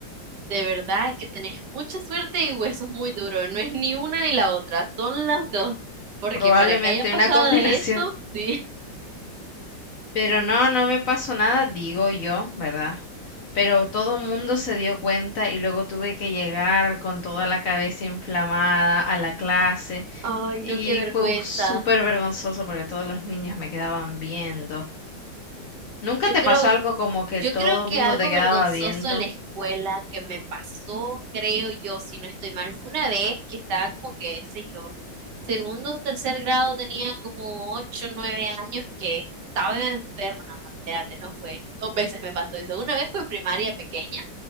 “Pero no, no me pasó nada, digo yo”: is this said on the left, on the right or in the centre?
Left